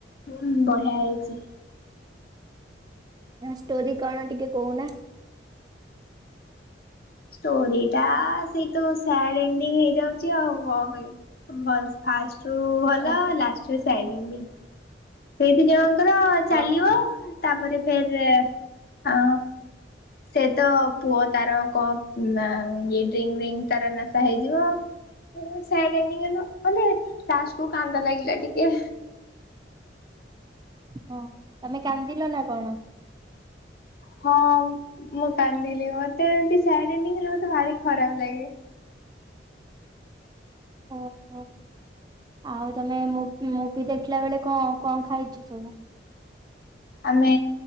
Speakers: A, on the left; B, on the right.
A: ହୁଁ ବଢ଼ିଆ ହେଇଚି।
B: ଇଆ ଷ୍ଟୋରି କଣ ଟିକେ କହୁନା।
A: ଷ୍ଟୋରିଟା ସେଇ ତ ସ୍ୟାଡ ଏଣ୍ଡିଙ୍ଗ ହେଇଯାଉଚି ଆଉ କଣ କହିବି। ଭଲ ସ ଫାଷ୍ଟରୁ ଭଲ
B: ଓ
A: ଲାଷ୍ଟରେ ସ୍ୟାଡ୍ ଏଣ୍ଡିଙ୍ଗ। ସେଇ ଦି ଜଣଙ୍କର ଚାଲିବ।
B: ଓହୋ
A: ତାପରେ ଫେରେ ଆ ସେ ତ ପୁଅ ତାର କଣ ଆଁ ଇଏ ଡ୍ରି ସିଙ୍ଗ୍ ତାର ନାଶା ହେଇଯିବ। ଉଁ ସ୍ୟାଡ୍ ଏଣ୍ଡିଙ୍ଗ କିନ୍ତୁ ମାନେ ଲାଷ୍ଟକୁ କାନ୍ଦ ଲାଗିଲା ଟିକେ।
B: ହଁ ତମେ କାନ୍ଦିଲ ନା କଣ?
A: ହଁ ମୁଁ କାନ୍ଦିଲି ମତେ ଏମିତି ସ୍ୟାଡ ଏଣ୍ଡିଙ୍ଗ ହେଲେ ମତେ ଭାରି ଖରାପ ଲାଗେ।
B: ଓହୋ ଆଉ ତମେ ମୁ ମୁଭି ଦେଖିଲା ବେଳେ କଣ କଣ ଖାଇଚ ସବୁ।
A: ଆମେ